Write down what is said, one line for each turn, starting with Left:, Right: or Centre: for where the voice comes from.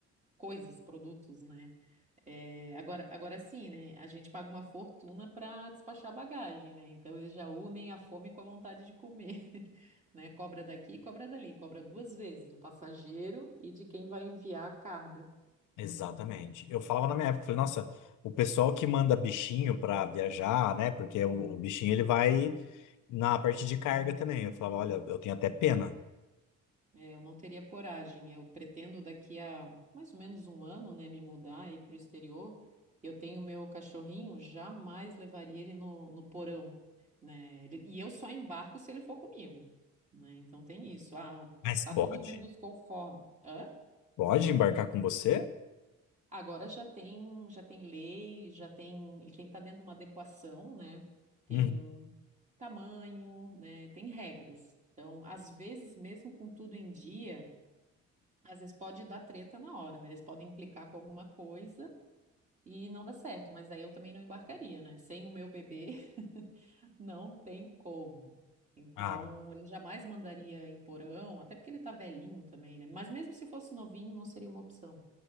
Right: coisas, produtos, né? É, agora, agora sim, né? A gente paga uma fortuna para despachar bagagem, né? Então eles já unem a fome com a vontade de comer, <laughs> né? Cobra daqui, cobra dali, cobra duas vezes do passageiro e de quem vai enviar a carga.
Left: exatamente. Eu falava na minha época, eu falei, nossa, o pessoal que manda bichinho para viajar, né? Porque o, o bichinho ele vai na parte de carga também. Eu falava, olha, eu tenho até pena.
Right: É, eu não teria coragem. Eu pretendo daqui a mais ou menos um ano, né, me mudar e ir para o exterior. Eu tenho meu cachorrinho, jamais levaria ele no, no porão, né? Ele- E eu só embarco se ele for comigo, né? Então tem isso. Ah,
Left: Mas
Right: tá
Left: pode?
Right: tudo dentro dos conformes. Hã?
Left: Pode embarcar com você?
Right: Agora já tem, já tem lei, já tem, ele tem que estar dentro de uma adequação, né? Tem
Left: Hum.
Right: tamanho, né? Tem regras. Então, às vezes, mesmo com tudo em dia Às vezes pode dar treta na hora, né? Eles podem implicar com alguma coisa e não dá certo, mas aí eu também não embarcaria, né? Sem o meu bebê, <laughs> não tem como. Então,
Left: Ah,
Right: eu jamais mandaria em porão, até porque ele tá velhinho também, né? Mas mesmo se fosse novinho, não seria uma opção.